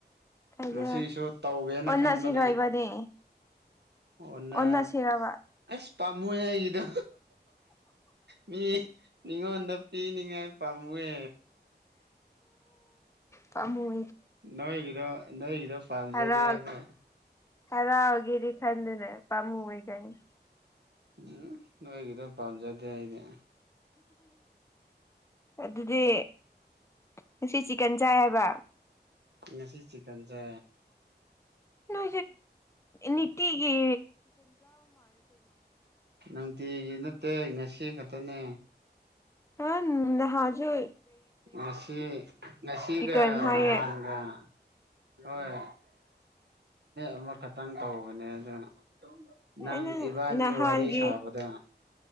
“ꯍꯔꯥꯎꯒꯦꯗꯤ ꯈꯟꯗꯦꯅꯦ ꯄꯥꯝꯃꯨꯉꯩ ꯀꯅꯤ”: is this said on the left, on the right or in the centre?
Left